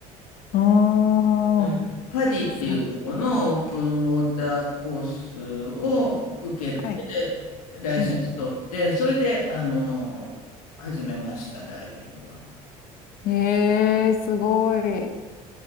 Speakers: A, on the left; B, on the left.
A: おー、
B: うん。パディっていうとこのオープンウォーターコースを受けて、
A: さ、はい。
B: ライセンス取って、
A: うん。
B: それで、あの、始めました、ダイビングは。
A: えー、すごい。